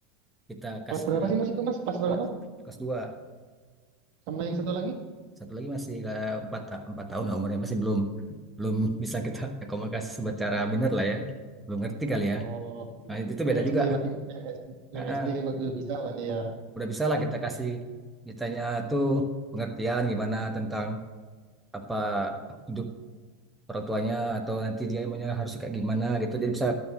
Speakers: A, in the centre; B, on the right (about 55°).
A: kita kasih
B: Kelas berapa
A: arah
B: sih Mas itu Mas? Kelas berapa?
A: ke kelas dua
B: Sama yang satu lagi?
A: satu lagi masih ke empat empat tahun lah umurnya masih belum belum bisa kita <laughs> komunikasi secara benar lah ya belum ngerti kali
B: Oh,
A: ya
B: oke.
A: nah itu
B: Yang
A: beda juga
B: SD berarti yang SD,
A: Nah,
B: yang
A: ah.
B: SD buat udah bisa berarti ya.
A: udah bisa lah kita kasih ditanya tuh pengertian gimana tentang apa hidup orang tuanya atau nanti dia maunya harus kayak gimana gitu jadi bisa